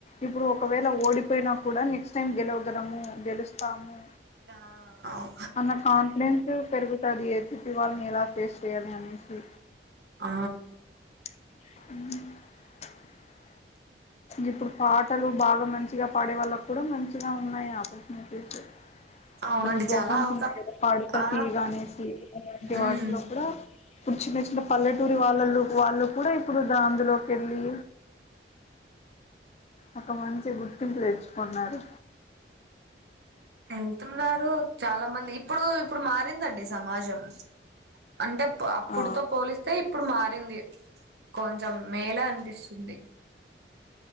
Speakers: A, on the left; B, on the right.
A: ఇప్పుడు ఒకవేళ ఓడిపోయినా కూడా నెక్స్ట్ టైమ్ గెలవగలము గెలుస్తాము
B: ఆ అవు
A: అన్న కాన్ఫిడెన్సు పెరుగు అది ఎతి పివాళ్ని ఎలా ఫేస్ చేయాలని అనేసిీ
B: ఆ
A: అ ఇప్పుడు పాటలు బాగా మంచిగా పాడే వాళ్ళకు కూడా మంచిగా ఉన్నాయి ఆపర్చునిటీస్
B: అవునండి
A: కొన్ని ప్రోగ్రామ్స్
B: చాలా అవకా
A: ఉన్నాయి కదా పాడత
B: ఆ
A: తీయాగ ఆనేసి ఇలాంటి
B: ఉమ్
A: వాటిలో కూడా ఇప్పుడు చిన్నచిన్న పల్లెటూరి వాళ్ళలు వాళ్ళు కూడా ఇప్పుడు దా అందులోకి వెళ్ళి ఒక మంచి గుర్తింపు తెచ్చుకున్నారు
B: వెళ్తున్నారు చాలా మంది ఇప్పుడు ఇప్పుడు మారిందండి సమాజం అంటే అప్పుడుతో
A: ఆ
B: పోలిస్తే ఇప్పుడు మారింది కొంచెం మేల అ పిస్తుంది